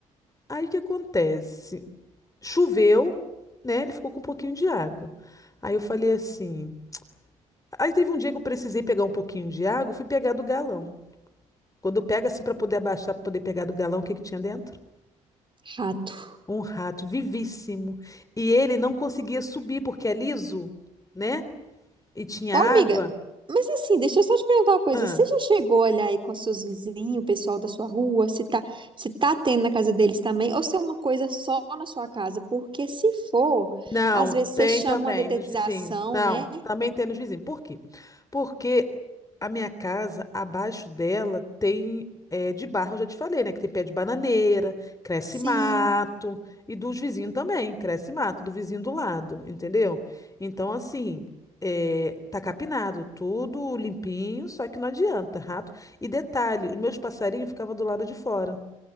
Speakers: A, on the left (about 20°); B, on the right (about 30°).
A: Aí o que acontece? Choveu, né? Ele ficou com um pouquinho de água. Aí eu falei assim. Aí teve um dia que eu precisei pegar um pouquinho de água, eu fui pegar do galão. Quando eu pego assim para poder abaixar, para poder pegar do galão, o que que tinha dentro?
B: Rato.
A: Um rato vivíssimo. E ele não conseguia subir porque é liso, né? E tinha
B: Ô, amiga,
A: água.
B: mas assim, deixa eu só te perguntar uma coisa.
A: Ah.
B: Você já chegou a olhar aí com os seus vizinhos, o pessoal da sua rua, se tá, se tá tendo na casa deles também, ou se é uma coisa só na sua casa? Porque se for,
A: Não,
B: às vezes
A: tem
B: você chama
A: também
B: uma detetização,
A: nos vizinhos. Não,
B: né?
A: também tem nos vizinhos. Por quê? Porque a minha casa, abaixo dela, tem eh, de barro, eu já te falei, né? Que tem pé de bananeira, cresce
B: Sim.
A: mato, e dos vizinhos também, cresce mato, do vizinho do lado, entendeu? Então, assim, eh, tá capinado, tudo limpinho, só que não adianta, rato. E detalhe, os meus passarinhos ficavam do lado de fora.